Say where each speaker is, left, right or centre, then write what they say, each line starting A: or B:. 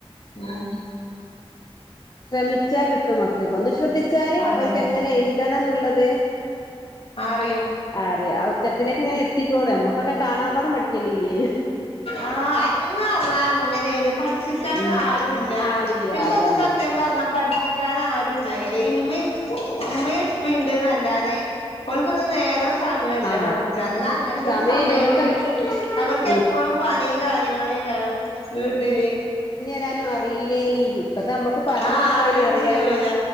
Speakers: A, on the left (about 70°); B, on the left (about 40°).
A: ഉം
B: ശ്രമി ത്ത മക്കക്ക് ഒന്ന് ശ്രദ്ധിച്ചാല്
A: അതെ
B: ഓര്ക്ക് എങ്ങനെ എഴ്തണംന്നുള്ളത്
A: ആറിയും
B: അറിയാ ആ ഉത്തരത്തിലേക്ക് അങ്ങനെ എത്തിക്കോളുഎ അമ്മുക്കൊക്കെ കാണാപ്പാടം പഠിക്കേണ്ടി ഇല്ല്യേന്
A: ആഹ് അന്ന് അത് അങ്ങനേണ് പഠി പ്പിക്കാനും
B: ഉം
A: ആരും ഇല്ല
B: ആളില്ല
A: ഇന്ക്കൊന്നും
B: അതന്നെ
A: സത്യം പറഞ്ഞാ പഠിപ്പിക്കാനും ആരൂണ്ടായിലാ ഈഇമ്മേം ഉമ്മേം ഉപ്പേം ഇണ്ട്ന്നല്ലാതെ ഓവൾക്കൊന്നും നേരവും സമേംല്ല
B: ആ
A: പഠിപ്പിച്ചാൻ അന്നാ അങ്ങൻത്തെ
B: സമയല്ലേ
A: ഒരു സമയേം
B: ഓൽക്ക്
A: അവർക്ക്
B: ഉം
A: എപ്പോളും പണീ കാര്യങ്ങളേ കാരം വീട്ടില്
B: ട്ടാനും അറിയില്ലേനി ഇപ്പത്തെ അമ്മുക്ക് പറഞ്ഞോടുക്കാനറിയാ
A: ആഹ് അറിയേം ചെയ്യൂല